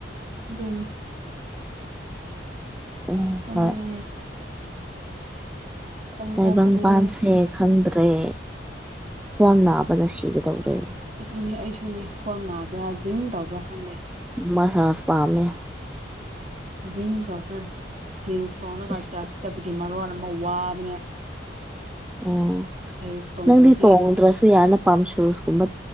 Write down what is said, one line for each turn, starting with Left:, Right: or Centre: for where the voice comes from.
Right: ꯑꯗꯨꯅꯤ
Centre: ꯎꯝ
Right: ꯈꯪꯗ꯭ꯔꯦ
Centre: ꯍꯣꯏ
Right: ꯈꯪꯖꯗ꯭ꯔꯦ
Centre: ꯇꯥꯏꯕꯪꯄꯥꯟꯁꯦ ꯈꯪꯗ꯭ꯔꯦ ꯈ꯭ꯋꯥꯡ ꯅꯥꯕꯅ ꯁꯤꯒꯗꯧꯔꯦ
Right: ꯑꯗꯨꯅꯦ ꯑꯩꯁꯨꯅꯦ ꯈ꯭ꯋꯥꯡ ꯅꯥꯕ꯭ꯔꯥ ꯖꯤꯡ ꯇꯧꯕ꯭ꯔꯥ ꯈꯪꯗꯦ
Centre: ꯃꯥꯁꯥꯁ ꯄꯥꯝꯃꯦ
Right: ꯑꯖꯤꯛ ꯅꯨꯝꯗꯥꯡ ꯍꯤꯜꯁꯇꯧꯅ
Centre: ꯏꯁ
Right: ꯆꯥꯔꯆ ꯆꯠꯄꯒꯤ ꯃꯔꯣꯟ ꯑꯃ ꯋꯥꯕꯅꯦ
Centre: ꯑꯣ
Right: ꯍꯤꯜꯁ ꯇꯣꯡꯗ꯭ꯔꯗꯤ
Centre: ꯅꯪꯗꯤ ꯇꯣꯡꯗ꯭ꯔꯁꯨ ꯌꯥꯅ ꯄꯥꯝꯁꯨꯁꯀꯨꯝꯕ